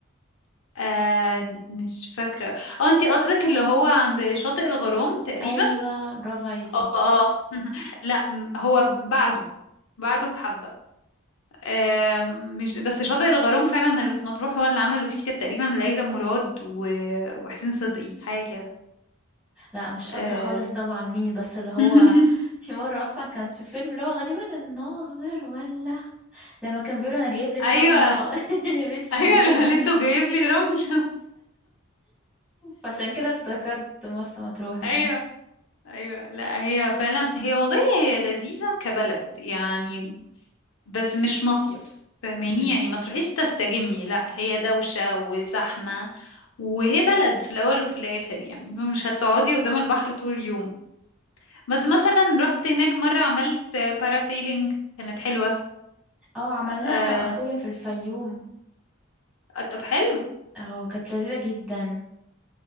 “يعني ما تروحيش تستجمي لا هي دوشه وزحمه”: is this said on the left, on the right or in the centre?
Left